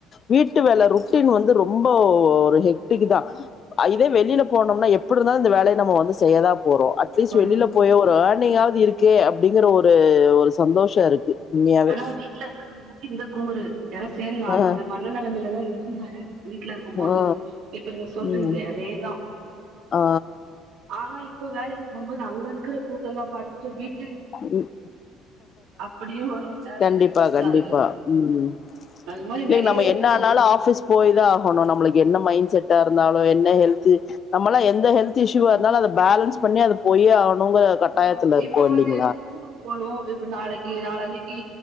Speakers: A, on the left; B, on the right.
A: வீட்டு வேலை
B: கண்டிப்பா
A: ருட்டீன் வந்து ரொம்ப ஒரு இருக்குதா இதே வெளியில போனோம்னா எப்படி தா இந்த வேலய நம்ம வந்து செய்யதா போறோம் அட்லீஸ்ட்
B: வரு
A: வெளிய போயோ ஒரு ஆட் நீயாவது இருக்கே அப்டிங்கற ஒரு ஒரு சந்தோஷ இருக்கு உண்மையாவே
B: ஆனா வீட்டுல இருக்கறவங்களுக்கு இந்த குமுறு ஏன்னா சேரி நா
A: ஆ
B: இந்த மன நெலமையிலதா இருந்தாரு வீட்டுல இருக்கும்போது
A: ஆ ஆ
B: இப்ப நீங்க சொல்றீங்களே
A: ம்
B: அதேதா
A: ஆ
B: ஆனா இப்ப வேலைக்கி போம்போது அங்க இருக்குற கூத்தெல்லா பாத்துட்டு வீட்
A: உம்
B: அப்டியே ஒரு ஒரு நேரோ
A: கண்டிப்பா
B: எனக்கு ஃபீல்
A: கண்டிப்பா
B: ஆகுது
A: ம்
B: அது மாரி
A: இல்லங்
B: நெறைய
A: நம்ம
B: இருக்குது
A: என்ன ஆனாலு ஆஃபிஸ் போய்தா ஆகணு நம்மளுக்கு என்ன மை மயின் செட்டா இருந்தாலு என்ன ஹெல்த் நம்மலா எந்த ஹெல்த் இஸ்யூ ஆ இருந்தாலு அத பேலன்ஸ் பண்ணி அது போயே ஆவனு ங்க கட்டாயத்துல
B: போனும்
A: இருக்கோ
B: இப்ப
A: இன்னிக்
B: வந்து எனக்கு ஊருக்கு போனும் இப்ப நாளைக்கி நாள அன்னைக்கி